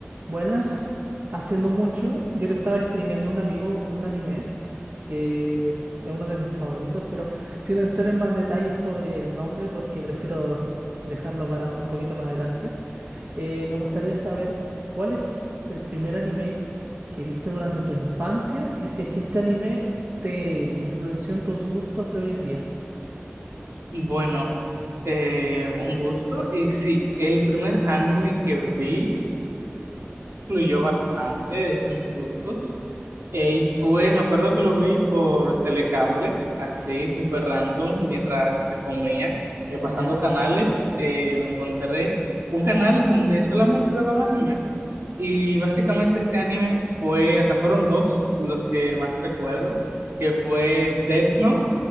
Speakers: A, on the right; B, on the right.
A: Buenas, hace no mucho yo le estaba streameando a un amigo un anime que es uno de mis favoritos, pero sin entrar en más detalles sobre el nombre porque prefiero dejarlo para un poquito más adelante, eh, me gustaría saber cuál es el primer anime que viste durante tu infancia y si es que este anime te influenció en tus gustos de hoy en día,
B: Bueno, eh, un gusto. Y sí, el primer anime que vi influyó bastante, de hecho, en mis gustos. Eh, y fue, me acuerdo que lo vi por telecable, así, súper random, mientras comía, eh, pasando
A: ¿ya?
B: canales, eh, me encontré un canal donde solamente daban anime. Y básicamente este anime fue, o sea, fueron dos los que más recuerdo, que fue Death Note